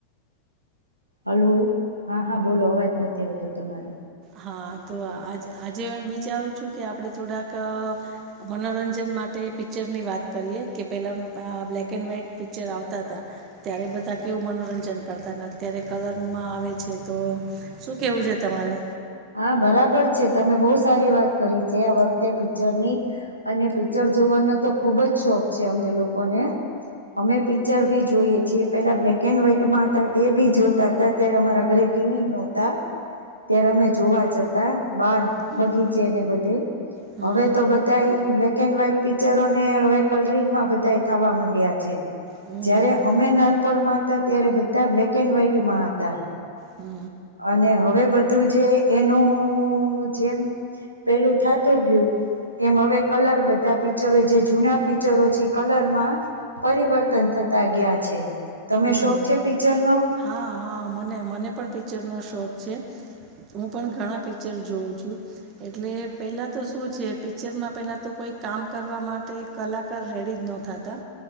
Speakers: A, on the right; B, on the right.
A: હલો હા હા બોલો અવાજ નથી આવતો તમારો
B: હા તો આ આજે એમ વિચારું છું, કે આપડ થોડાક મનોરંજન માટે પિક્ચર ની વાત કરીયએ કે પેલા અ બ્લેક એન્ડ વ્હાઈટ પિક્ચર આવતા હતા ત્યારે બધા કેવું મનોર રંજન કરતા અત્યારે કલરમાં આવે છે, તો શું કેવું છે તમારે?
A: હા બરાબર છે, તમે બહુ સારી વાત કરી છે, આ વખતે પિક્ચર ની અને પિક્ચર જોવાનો તો ખુબ જ શોખ છે, અમને લોકોને અમે પિક્ચર ભી જોઈએ જે પેલા બ્લેક એન્ડ વ્હાઈટમાં હતા તે બી જોતા હતા ત્યારે અમારા ઘરે ટીવી નોતા ત્યારે અમે જોવા જતા બાર
B: હમ
A: બગીચે ને બધે
B: હમ
A: અવે તો બધા એ બ્લેક એન્ડ વ્હાઈટ પિક્ચરો ને હવે કલરિંગમાં બધા થવા માંડ્યા છે.
B: હમ
A: જ્યારે
B: હમ
A: અમે નાનપણમાં હતા ત્યારે બધા બ્લેક એન્ડ વ્હાઈટમાં હતા,
B: હમ હમ
A: અને હવે બધું જે એનું જેમ પેલું થાતું ગયું. એમ હવે કલર બધા પિક્ચરો જે જૂના પિક્ચરો છે, કલરમાં પરિવર્તન થ તા ગયા છે. તમે
B: હમ
A: શોખ છે પિક્ચરનો
B: હા હા મ મને પણ પિક્ચર નો શોખ છે. હું પણ ઘણા પિક્ચર જોઉ છું, એટલે પેલા તો શું છે, પિક્ચરમાં પેલા તો કામ કરવા માટે કલાકાર રેડી જ નતાતા